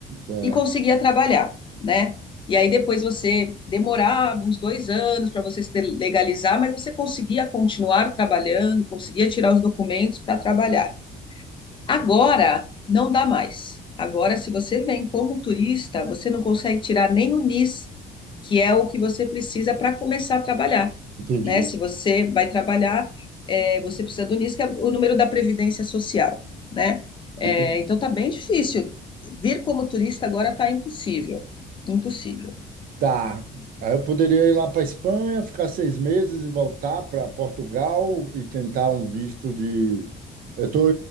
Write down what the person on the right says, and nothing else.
Certo,
entendi.
Eu tô-
Tá. Aí eu poderia ir lá para Espanha, ficar seis meses e voltar para Portugal e tentar um visto de. Eu estou